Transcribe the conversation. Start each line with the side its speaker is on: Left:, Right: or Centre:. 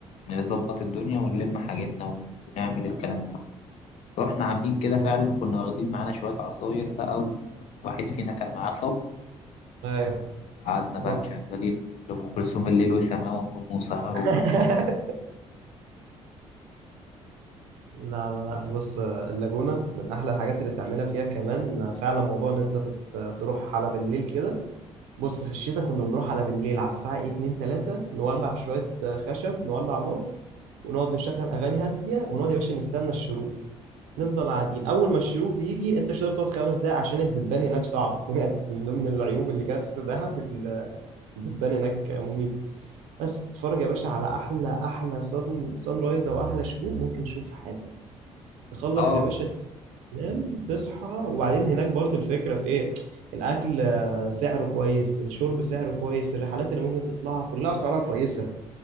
Left: نظبط الدنيا ونلم حاجتنا ونعمل الكلام ده رحنا عاملين كده فعلا وكنا واخدين معانا شوية عصاير بقى وواحد فينا كان معاه صب
Right: ايوه
Left: قعدنا بقى
Right: لا
Left: مشغلين لأم كلثوم الليل وسماه ونجوم وسهر
Right: <laughs>
Left: و-
Right: لا لا لا. بص اللاجونة من أحلى الحاجات اللي تعملها فيها كمان فعلا موضوع إن أنت تت- تروح على بالليل كده بص في الشتاء كنا بنروح على بالليل على الساعة 2 3 نولع شوية خشب نولع نار ونقعد نشغل أغاني هادية ونقعد يا باشا نستنى الشروق نفضل قاعدين أول ما الشروق بيجي أنت مش هتقدر تقعد خمس دقايق عشان الدبان هناك صعب <laughs> يعني من ضمن العيوب اللي جت في دهب ال- الدبان هناك مميت بس تتفرج يا باشا على احلى احلى صن صن رايز او احلى شروق ممكن تشوف في حياتك تخلص
Left: آه
Right: يا باشا تنام تصحى وبعدين هناك برضه الفكره في ايه الاكل آه، سعره كويس الشرب سعره كويس الرحلات اللي ممكن تطلعها كلها اسعارها كويسه